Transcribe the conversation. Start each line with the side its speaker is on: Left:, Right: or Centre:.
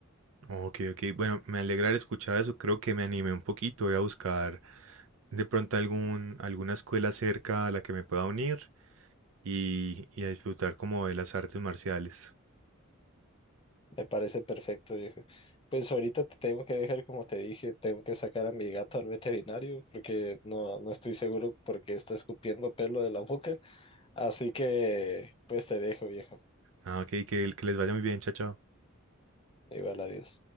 Right: Ok, ok, bueno, me alegra haber escuchado eso, creo que me animé un poquito, voy a buscar de pronto algún, alguna escuela cerca a la que me pueda unir y, y a disfrutar como de las artes marciales.
Left: Me parece perfecto, viejo. Pues ahorita te tengo que dejar, como te dije, tengo que sacar a mi gato al veterinario porque no, no estoy seguro porque está escupiendo pelo de la boca. Así que, pues te dejo, viejo.
Right: Ah, ok, que, que les vaya muy bien, chao, chao.
Left: Igual, adiós.